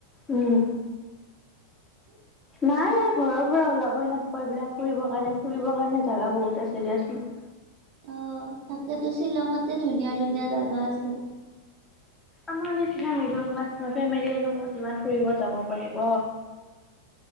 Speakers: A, on the left (about 15°); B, on the right (about 50°).
A: উম
B: উ
A: নাই ঘৰৰ পৰা ওলাবই নাপাওঁ এইবিলাক ফুৰিব কাৰণে। ফুৰিবৰ কাৰণে জেগা বহুত আছে দিয়াচোন।
B: অ তাকেতো শ্বিলঙতে ধুনীয়া ধুনীয়া জেগা আছে। <inaudible>
A: আমাৰ নিচিনা মিডিল ক্লাছ ফেমিলি ন বহুত যিমান ফুৰিব যাব পাৰিব।